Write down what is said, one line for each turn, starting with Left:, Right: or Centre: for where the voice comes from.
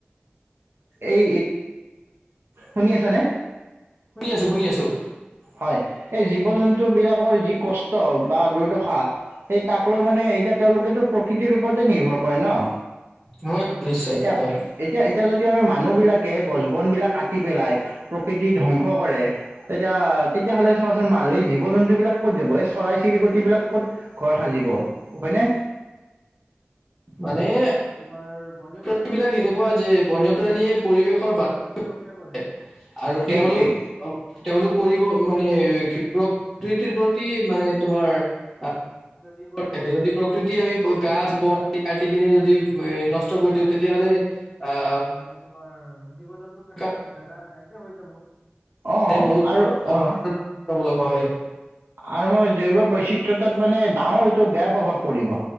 Right: এই শুনি আছা নে?
Centre: শুনি আছোঁ শুনি আছোঁ।
Right: হয় এই জীৱ জন্তু বিলাকৰ যি কষ্ট বা দুৰ্দশা এই তাক লৈ মানে এতিয়া তেওঁলোকেটো প্ৰকৃতিৰ ওপৰতে নিৰ্ভৰ কৰে ন।
Centre: হয় নিশ্চয়
Right: এতিয়া
Centre: হয়।
Right: এতিয়া এতিয়া যদি আমি মানুহবিলাকে গছ বনবিলাক কাটি পেলাই, প্ৰকৃতি ধ্বংস কৰে তেতিয়া তেতিয়াহ'লে চোৱাচোন মানুহ এই জীৱ জন্তু বিলাক ক'ত যাব এই চৰাই চিৰিকট বিলাক ক'ত ঘৰ সাজিব হয়নে?
Centre: মানে তোমাৰ বন্যপ্ৰাণী বিলাক এনেকুৱা যে বনপ্ৰাণীয়ে পৰিৱেশৰ ভাৰাসাম্যতা ৰক্ষা কৰে। আৰু
Right: ঠিক
Centre: তেওঁলোক
Right: ঠিক
Centre: তেওঁলোক পৰিব মানে কি প্ৰকৃতিৰ প্ৰতি মানে তোমাৰ আহ কিবা নিৰ্ভৰ থাকে যদি প্ৰকৃতি আমি গাছ বন আদি কাটি কেনে যদি নষ্ট কৰি দিওঁ তেতিয়াহ'লে আহ মানে তোমাৰ জীৱ জন্তু থাকা জাগা নাই কীয়া হৈ যাব।
Right: অঁ
Centre: বহুত
Right: আৰু অঁ
Centre: লগা হয়।
Right: আৰু মই জৈৱ বৈচিত্ৰতাত মানে ডাঙৰ এইটো বেয়া প্ৰভাৱ পৰিব।